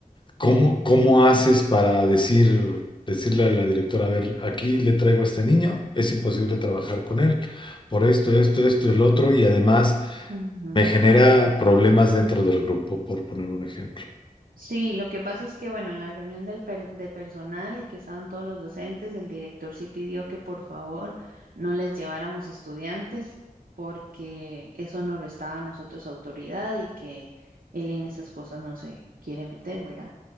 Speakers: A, on the left; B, on the right.
A: ¿cómo, cómo haces para decir, decirle a la directora, a ver, aquí le traigo a este niño, es imposible trabajar con él por esto, esto, esto, el otro, y además
B: ujú.
A: me genera problemas dentro del grupo, por poner un ejemplo.
B: Sí, lo que pasa es que, bueno, en la reunión del per- de personal, que estaban todos los docentes, el director sí pidió que por favor no les lleváramos estudiantes porque eso nos restaba a nosotros autoridad y que él en esas cosas no se quiere meter, ¿verdad?